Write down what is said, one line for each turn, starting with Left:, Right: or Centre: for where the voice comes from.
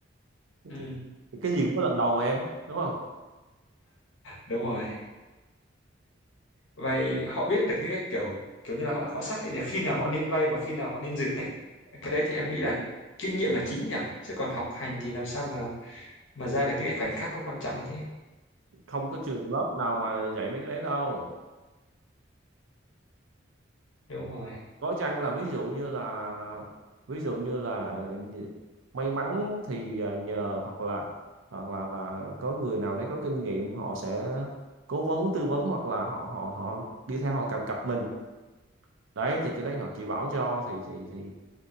Right: Thế
Left: Ừ,
Right: thì, thì cái gì cũng có lần đầu mà em đúng không
Left: đúng rồi. Vay họ biết được những cái kiểu kiểu như là họ họ xác định là khi nào họ nên vay và khi nào họ nên dừng đấy. Cái đấy thì em nghĩ là kinh nghiệm là chính nhỉ chứ còn học hành thì làm sao mà mà ra được những cái khoảnh khắc nó quan trọng như thế.
Right: không có trường lớp nào mà dạy mấy cái đấy đâu
Left: Đúng rồi.
Right: có chăng là ví dụ như là ví dụ như là nh- may mắn thì à, nhờ hoặc là hoặc là là có người nào đấy có kinh nghiệm họ sẽ cố vấn tư vấn hoặc là họ họ họ đi theo họ kèm cặp mình đấy thì cái đấy họ chỉ bảo cho thì thì thì,